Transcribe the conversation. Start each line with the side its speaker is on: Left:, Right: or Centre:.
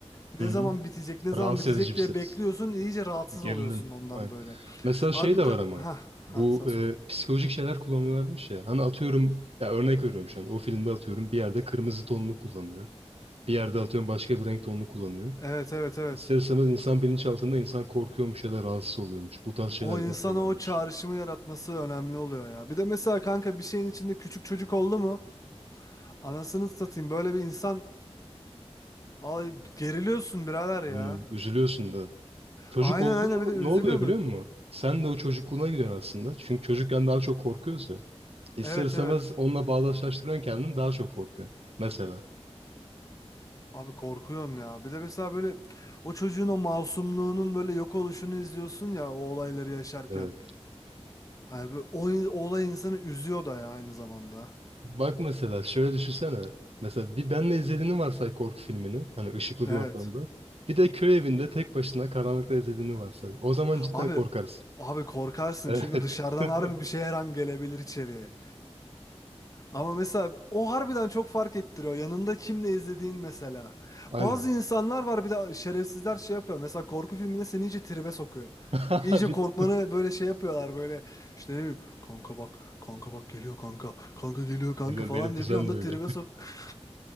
Left: ne
Right: Hı hı.
Left: zaman bitecek, ne zaman
Right: Rahatsız
Left: bitecek
Right: edici bir
Left: diye
Right: ses.
Left: bekliyorsun, iyice rahatsız
Right: Gerilim.
Left: oluyorsun ondan
Right: Aynen.
Left: böyle.
Right: Mesela
Left: Abi
Right: şey de
Left: bir ta
Right: var ama.
Left: ha ha
Right: Bu
Left: sen söyle.
Right: e, psikolojik şeyler kullanıyorlarmış ya. Hani atıyorum ya örnek veriyorum şu an. O filmde atıyorum bir yerde kırmızı tonunu kullanıyor. Bir yerde atıyorum başka bir renk tonunu kullanıyor.
Left: Evet evet evet.
Right: İster istemez insan bilinçaltında insan korkuyormuş ya da rahatsız oluyormuş. Bu tarz şeyler
Left: O insana
Right: de yapıyorlarmış.
Left: o çağrışımı yaratması önemli oluyor ya. Bir de mesela kanka bir şeyin içinde küçük çocuk oldu mu? Anasını satayım böyle bir insan ay geriliyorsun birader
Right: Hmm,
Left: ya.
Right: üzülüyorsun da. Çocuk
Left: Aynen
Right: oldu
Left: aynen
Right: mu
Left: bir de üzülüyorsun.
Right: ne oluyor biliyor
Left: o-
Right: musun? Sen de o çocukluğuna gidiyorsun aslında. Çünkü çocukken daha çok korkuyoruz ya. İster
Left: Evet
Right: istemez
Left: evet.
Right: onunla bağdaşlaştırıyorsun kendini daha çok korkuyorsun. Mesela.
Left: Abi korkuyorsun ya. Bir de mesela böyle o çocuğun o masumluğunun böyle yok oluşunu izliyorsun ya o olayları yaşarken.
Right: Evet.
Left: Abi o, in- o olay insanı üzüyor da ya aynı zamanda.
Right: Bak mesela şöyle düşünsene. Mesela bir benle izlediğini varsay korku filmini. Hani ışıklı
Left: Evet.
Right: bir ortamda. Bir de köy evinde tek başına karanlıkta izlediğini varsay. O zaman cidden
Left: Abi
Right: korkarsın.
Left: abi korkarsın
Right: Evet.
Left: çünkü dışarıdan harbi
Right: <laughs>
Left: bir şey her an gelebilir içeriye Ama mesela o harbiden çok fark ettiriyor. Yanında kimle izlediğin mesela.
Right: Aynen.
Left: Bazı insanlar var bir de şerefsizler şey yapıyor. Mesela korku filmine seni iyice tribe sokuyor.
Right: <laughs>
Left: İyice korkmanı böyle şey yapıyorlar böyle. İşte ne bileyim kanka bak kanka bak geliyor kanka. Kanka geliyor kanka
Right: Biliyorum
Left: falan
Right: benim kuzen
Left: diye bir anda
Right: de öyle.
Left: tribe sok. <laughs>